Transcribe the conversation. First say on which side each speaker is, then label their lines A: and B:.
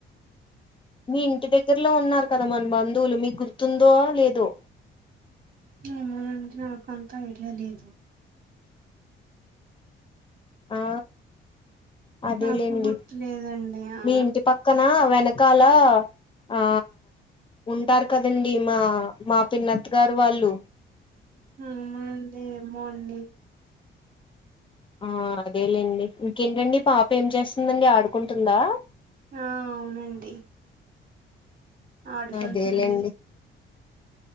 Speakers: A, on the left; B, on the right.
A: మీ ఇంటి దగ్గరలో ఉన్నారు కదా మన బంధువులు మీ గుర్తుందో లేదో
B: ఏమోనండి నాకంత ఐడియా లేదు
A: ఆ అదే
B: నాకు
A: లేండి
B: గుర్తులేదండి ఆ
A: మీ ఇంటి పక్కన వెనక కాల ఆ ఉంటారు కదండీ మా మా పిన్నత్ గారు వాళ్ళు
B: నేను ఏమో అండి
A: ఆ అదేలేండి ఇంకేంటండి పాప ఏం చేస్తుందండి ఆడుకుంటుందా
B: ఆ అవునండి ఆడుకుంటుంది
A: అదేలేండి